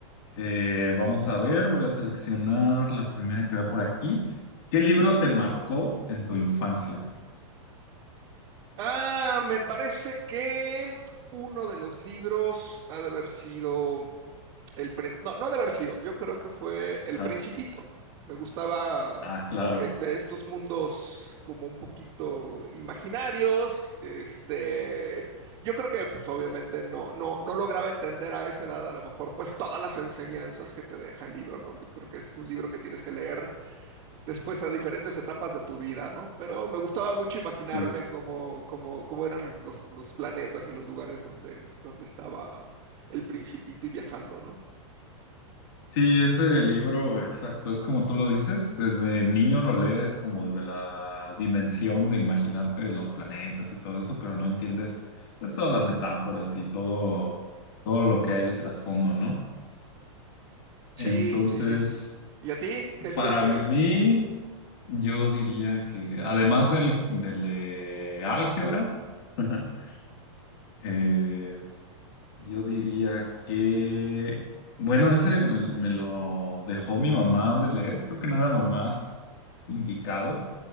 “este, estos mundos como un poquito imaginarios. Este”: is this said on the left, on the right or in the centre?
Right